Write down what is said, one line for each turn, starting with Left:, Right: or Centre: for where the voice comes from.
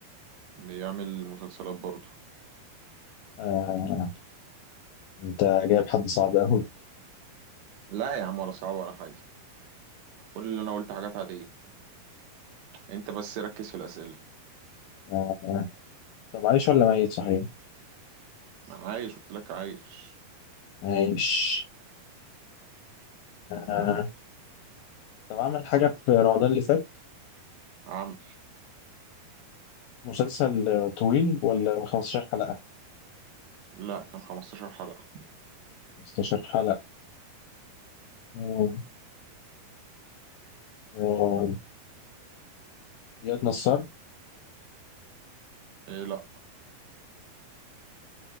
Right: بيعمل مسلسلات برضه
Left: آه انت جايب حد صعب قوي
Right: لا يا عم ولا صعب ولا حاجة كل اللي انا قلت حاجات عادية انت بس ركز في الأسئلة
Left: آه طب عايش ولا ميت صحيح
Right: عايش قلت لك عايش
Left: عايش آه طب عمل حاجة في رمضان اللي فات
Right: عمل
Left: مسلسل طويل ولا 15 حلقة
Right: لا كان 15 حلقة
Left: 15 حلقة مم. آه، إياد نصار
Right: إيه لا